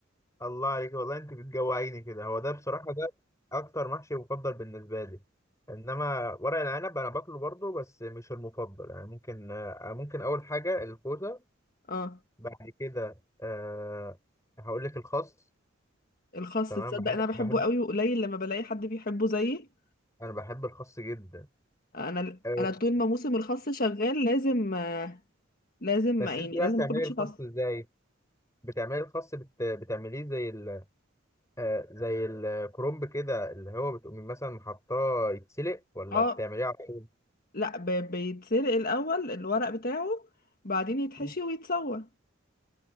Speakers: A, on the left; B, on the left.
A: الله عليك والله انت بتجوعيني كده هو ده بصراحة ده اكتر محشي مفضل بالنسبة لي انما ورق العنب انا باكله برضه بس مش المفضل يعني ممكن آه، ممكن اول حاجة الكوسة
B: اه
A: بعد كده أه هقول لك الخس
B: الخس
A: تمام
B: تصدق
A: بحب
B: انا بحبه
A: بحب
B: قوي وقليل لما بلاقي حد بيحبه زيي
A: انا بحب الخس جدا
B: انا
A: آه،
B: انا
A: بس
B: طول ما موسم الخس شغال لازم آه، لازم
A: بس
B: يعني
A: انت بقى
B: لازم
A: بتعملي
B: اكل محشي
A: الخس
B: خس
A: ازاي بتعملي الخس بت... بتعمليه زي ال... آه، زي الكرنب كده اللي هو بتقوم مثلا حاطاه يتسلق ولا
B: اه
A: بتعمليه على طول
B: لا ب- بيتسلق الاول الورق بتاعه بعدين يتحشي
A: مم.
B: ويتسوى